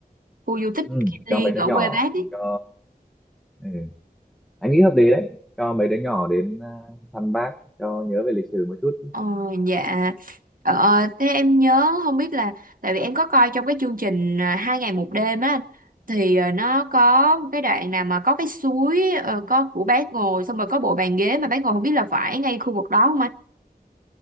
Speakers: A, on the right; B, in the centre.
A: khu du tích
B: ừ,
A: Kim Liên
B: cho mấy đứa
A: ở
B: nhỏ
A: quê bác ấy
B: cho ừ. anh nghĩ hợp lý đấy cho mấy đứa nhỏ đến à, thăm bác cho nhớ về lịch sử một chút
A: ờ, dạ ờ, thế em nhớ không biết là tại vì em có coi trong cái chương trình à, hai ngày một đêm á anh, thì à, nó có một cái đoạn nào mà có cái suối ờ, có của bác ngồi xong rồi có bộ bàn ghế mà bác ngồi không biết là phải ngay khu vực đó không